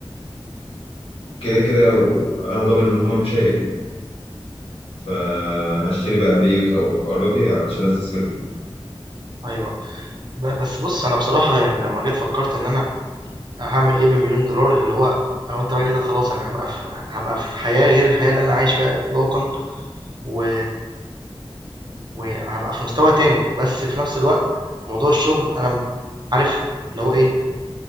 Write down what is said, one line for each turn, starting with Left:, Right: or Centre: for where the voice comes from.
Left: كده كده انا ضامن ان هم مش هيقلوا فهشتري بقى بيوت او اراضي علشان استثمر فيها
Right: ايوه ب- بس بص انا بصراحة يعني لما جيت فكرت ان انا هاعمل إيه بمليون دولار اللي هو أنا قُلت بقى كده خلاص أنا هابقى في هابقى في حياة غير الحياة اللي أنا عايش فيها إطلاقًا، و وهابقى في مستوى تاني، بس في نفس الوقت موضوع الشغل أنا م عارف اللي هو إيه،